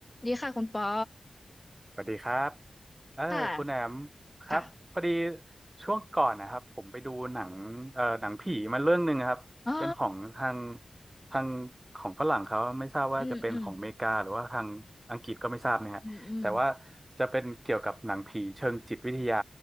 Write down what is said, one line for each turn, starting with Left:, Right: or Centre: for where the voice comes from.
Left: ดีค่ะคุณปอ
Right: สวัสดีครับเออคุณแอมครับพอดี
Left: ค่ะค่ะ
Right: ช่วงก่อนนะครับผมไปดูหนังเอ่อหนังผีมาเรื่องหนึ่งครับเป็นของทาง
Left: อ๋อ
Right: ทางของฝรั่งเขาไม่ทราบว่าจะเป็นของอเมริกาหรือว่าทางอังกฤษก็ไม่ทราบเนี่ยฮะแต่ว่า
Left: อืมอืมอืมอืม
Right: จะเป็นเกี่ยวกับหนังผีเชิงจิตวิทยา